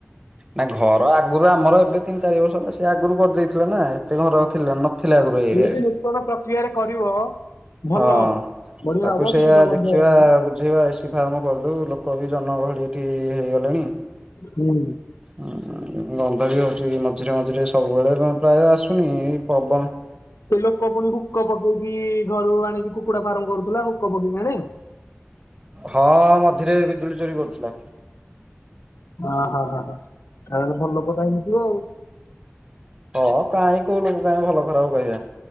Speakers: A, on the right (about 20°); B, on the left (about 85°).
A: ନା ଘର ଆଗରୁ ଆମର ଏବେ ତିନି ଚାରି ବର୍ଷ ହେଲା ସେ ଆଗରୁ କରିଦେଇଥିଲେ ନା। ଏତେ ଘର ଥିଲା ନଥିଲା ଆଗରୁ ଏ ଏରିଆରେ।
B: ଏମିତି ନୂତନ ପ୍ରକ୍ରିୟାରେ କରିବ। ଭଲ
A: ହଁ
B: ହବ ବଢିଆ
A: ତାକୁ
B: ହବ
A: ସେଇଆ
B: କିଛି ତ ଗନ୍ଧ
A: ଦେଖିବା
B: ହବନି
A: ବୁଝି ବା ଏସି ଫାର୍ମ କରିଦଉ ଲୋକ ବି ଜନଗହଳି ଏଠି ଇଏ ହେଇଗଲେଣି।
B: ହୁଁ।
A: ହଁ ଗନ୍ଧ ବି ହଉଚି ମଝିରେ ମଝିରେ ସବୁବେଳେ ପ୍ରାୟ ଆସୁନି ଏଇ ପବନ
B: ସେ ଲୋକ ପୁଣି ହୁକ ପକେଇକି ଘରୁ ଆଣିକି କୁକୁଡା ଫାର୍ମ କରୁଥିଲା ହୁକ ପକେଇକି ଆଣେ।
A: ହଁ ମଝିରେ ବିଜୁଳି ଚୋରି କରୁଥିଲା।
B: ଅହ ହ ହ ତାହାଲେ ଭଲ ଲୋକଟା ହେଇନଥିବ ଆଉ।
A: ହଁ କାହିଁ କୋଉ ଲୋକ କାହିଁ ଭଲ ଖରାପ କହିବା।